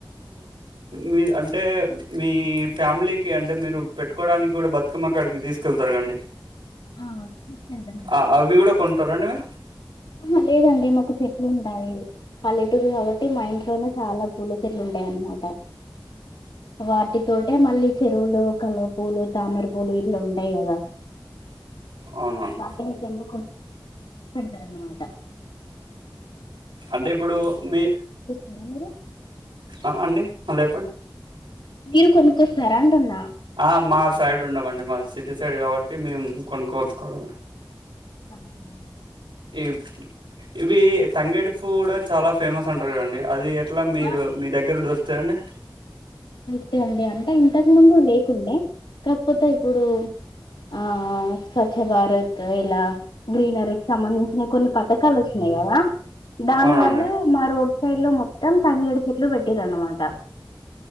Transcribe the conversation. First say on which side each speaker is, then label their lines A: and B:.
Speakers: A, on the right (about 80°); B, on the left (about 80°).
A: మీ అంటే మీ ఫ్యామిలీకి అంటే మీరు పెట్టుకోవడానికి కూడా బతుకమ్మక్కడికి తీసుకెళ్తారండి
B: ఆ తీసుకెళ్తాం
A: ఆ అవి కూడ కొంటారండి మీ
B: ఆ లేదండి మాకు చెట్లు ఉంటాయి పల్లెటూరు కాబట్టి మా ఇంట్లోనే చాలా పూల చెట్లు ఉంటాయి అన్నమాట వాటితోటె మళ్ళీ చెరువులు కలువ పూలు తామరి పూలు ండయి ఇంగ
A: అవునవును
B: వాటిని చెంబ పెడుతరన్నమాట
A: అంటే ఇప్పుడు మీ
B: మ్
A: ఆ అండి మళ్ళీ చెప్పండి
B: మీరు కొనుక్కొస్తారా అంటున్న
A: ఆ మా సైడ్ ఉండవండి మా సిటీ సైడ్ కాబట్టి అంటే మేము కొనుక్కోవచ్చుకోవడం
B: అవునా?
A: ఈ ఇవి తంగేడి పు కూడా చాలా ఫేమస్ అంట కదండి అది అట్లా మీరు
B: ఆ
A: మీ దగ్గర దొరుకుతాయండి
B: అ అండి అంటే ఇంతకు ముందు లేకుండే కాకపోతే ఇప్పుడు ఆ స్వచ్ఛ భారత్ ఇలా గ్రీనరీకి సంబంధించిన కొన్ని పథకాలు వచ్చినాయి కదా దాని
A: అవునండి
B: వల్ల మ రోడ్ చైలో మొ మం తండడు చెట్లు పెట్టటిరన్నమాట